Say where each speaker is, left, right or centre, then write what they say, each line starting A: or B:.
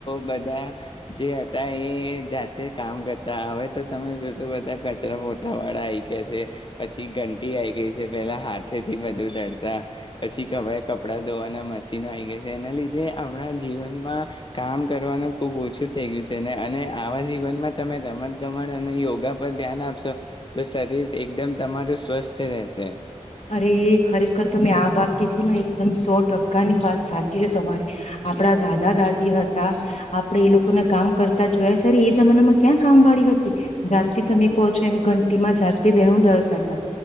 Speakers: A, on the left; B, on the left.
A: બધા જે હતા એ જાતે કામ કરતા હવે તો તમે શ શું બધા મોતાા વાળા આઈ ગયા છે પછી ઘંટી આઈ ગઈ છે પેલા હાથે થી બધું દડતા પછી કપડાં ધોવાના મશીનો આવી ગયા છે એના લીધે આપણા જીવનમાં કામ કરવાનું ખૂબ ઓછું થઈ ગયું છે ને અને આવા જીવનમાં તમે રમત ગમત અને યોગા પર ધ્યાન આપશો તો શરીર એકદમ તમારું સ્વસ્થ રહેશે
B: અરે ખરેખર તમે આ વાત કીધી ને એકદમ સો ટકા ની વાત સાચી છે તમારી આપડા દાદા દાદી હતા આપડે એ લોકોને કામ કરતા જોયા છે અરે એ જમાનામાં ક્યાં કામ વાળી હતી જાતે તમે કહો છો એમ ઘંટીમાં જાતે દેણું દરતા હતા